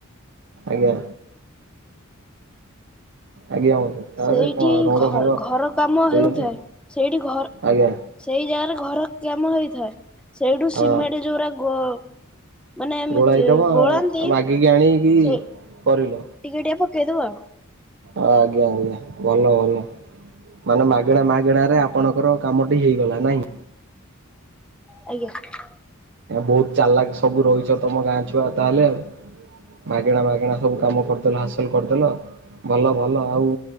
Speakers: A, on the right; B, in the centre.
A: ଆଜ୍ଞା। ଆଜ୍ଞା ବନ୍ଧୁ। ତାପରେ
B: ସେଇଠି
A: କଣ ରଙ୍ଗ
B: ଘ
A: ଫଙ୍ଗ
B: ଘର କାମ
A: ଦେଇଛନ୍ତି
B: ହେଉଥାଏ ସେଇଠି ଘର
A: ଆଜ୍ଞା
B: ସେଇ ଜାଗାରେ ଘର କାମ ହେଇଥାଏ ସେଇଠୁ
A: ହଁ
B: ସିମେଣ୍ଟ ଯୋଉରା ଗୋ ମାନେ ଏମ
A: ଗୋଳାଇଦବ
B: ଗୋଳାନ୍ତି
A: ମାଗିକି ଆଣିକି
B: ସେଇ ଟିକେ
A: କରିଲ
B: ଟିକେ ପକେଇ ଦୋଉ ଆଉ।
A: ଆ ଆଜ୍ଞା ଆଜ୍ଞା ଭଲ ଭଲ। ମାନେ ମାଗେଣା ମାଗେଣା ରେ ଆପଣଙ୍କର କାମ ଟି ହେଇଗଲା ନାହିଁ।
B: ଆଜ୍ଞା।
A: ବୋହୁତ୍ ଚାଲାକ ସବୁ ରହିଚ ତମ ଗାଁ ଛୁଆ ତାହେଲେ ଆଉ। ମାଗେଣା ମାଗେଣା ସବୁ କାମ କରିଦେଲ ହାସଲ କରିଦେଲ ଭଲ ଭଲ ଆଉ